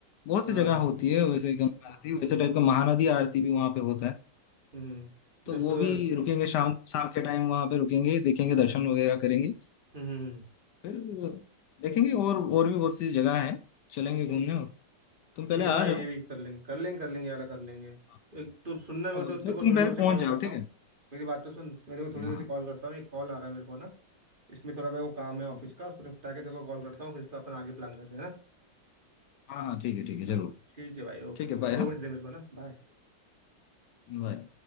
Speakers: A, on the left; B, on the right.
A: बहुत
B: हाँ
A: सी जगह होती है वैसे गंगा
B: हाँ
A: आरती वैसे टाइप का महानदी आरती भी वहाँ पे होता है
B: हम्म
A: तो
B: तो उसको
A: वो
B: तो
A: भी रुकेंगे शाम शाम के टाइम वहाँ पे रुकेंगे देखेंगे दर्शन
B: हम्म हम्म,
A: वगैरह करेंगे
B: हम्म, हम्म।
A: फिर देखेंगे और और भी बहुत सी जगह है चलेंगे घूमने
B: ठीक है
A: तुम पहले
B: ठीक है
A: आ
B: ना भाई
A: जाओ
B: ये भी कर लेंगे कर लेंगे कर लेंगे ये वाला कर लेंगे तो
A: हाँ,
B: एक तो सुनने में
A: अब
B: तो तेरे
A: फिर
B: को
A: तुम
B: थोड़ी
A: पहले
B: देर से
A: पहुंच
B: कॉल
A: जाओ
B: करता
A: ठीक
B: हूँ
A: है
B: मेरी बात तो सुन मैं तेरे को थोड़ी
A: हाँ
B: देर
A: हाँ
B: से कॉल करता हूँ एक कॉल आ रहा है मेरे को ना इसमें थोड़ा मेरे को काम है ऑफिस
A: ठीक है
B: का उसको निपटा के तेरे को कॉल करता हूँ फिर इसको अपन आगे प्लान करते हैं ना
A: हाँ हाँ ठीक है ठीक है जरूर
B: ठीक है भाई ओके
A: ठीक है बाय हाँ
B: दो मिनट दे मेरे को ना बाय
A: बाय